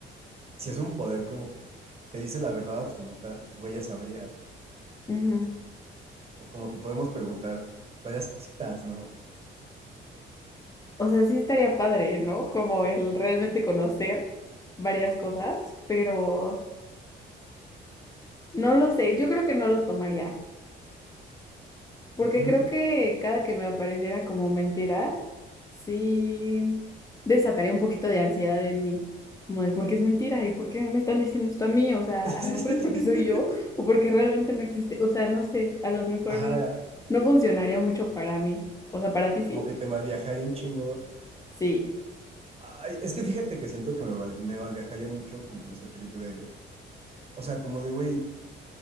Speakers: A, on the right; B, on the left.
A: si es un poder como que te dice la verdad absoluta, pues güey, ya sabría.
B: ujú".
A: O como que podemos preguntar varias cositas, ¿no?
B: O sea, sí estaría padre, ¿no? Como el realmente conocer varias cosas, pero no lo sé. Yo creo que no lo tomaría. Porque
A: Mm, mm.
B: creo que cada que me apareciera como mentira, sí desataría un poquito de ansiedad en mí, como de por qué es mentira y por qué me están diciendo esto a mí, o sea,
A: <laughs>
B: a lo mejor es porque soy yo o porque realmente no existe, o sea, no sé, a lo mejor
A: Ajá,
B: no funcionaría mucho para mí, o sea, para ti sí,
A: como que te malviajaría un chingo.
B: sí,
A: Ay, es que fíjate que siento que me, val- me malviajaría mucho como en ese trip de, o sea, como de, güey,